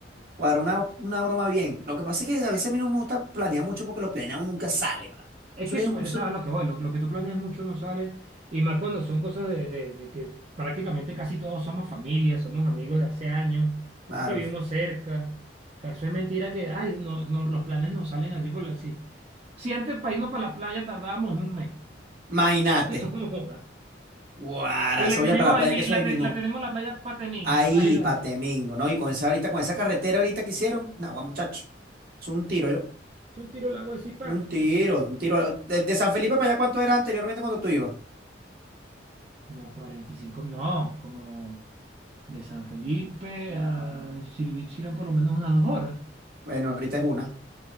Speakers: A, on the right (about 55°); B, on the right (about 35°).
A: cuadrar una, una broma bien. Lo que pasa es que a veces a mí no me gusta planear mucho porque lo planeado nunca sale, mano.
B: Es
A: Eso
B: que
A: es
B: eso,
A: un...
B: eso
A: eso-
B: es a lo que voy. Lo, lo que tú planeas mucho no sale. Y más cuando son cosas de, de- de que prácticamente casi todos somos familia, somos amigos de hace años,
A: Claro.
B: vivimos cerca. O sea, eso es mentira que, ay, no, no, los planes no salen así por la- así. Si antes para irnos para la playa tardábamos un mes.
A: Imagínate.
B: <laughs> Joda.
A: Guara,
B: Y
A: eso
B: la teníamos
A: ya para la
B: ahí,
A: playa,
B: mi-
A: que eso
B: la,
A: ahí
B: te-
A: mismo.
B: la tenemos en la playa Patemingo,
A: Ahí,
B: imagínate.
A: pa' Temengo, ¿no? Y con esa ahorita, con esa carretera ahorita que hicieron. Nagua, muchacho. Es un tiro, yo.
B: Es un tiro al agua de Zipaqué,
A: Un tiro,
B: que se...
A: un tiro. a lo- De, de San Felipe para allá, ¿cuánto era anteriormente cuando tú ibas?
B: Como 45, no, como de San Felipe a Chiribichi eran por lo menos unas dos horas.
A: Bueno, ahorita es una.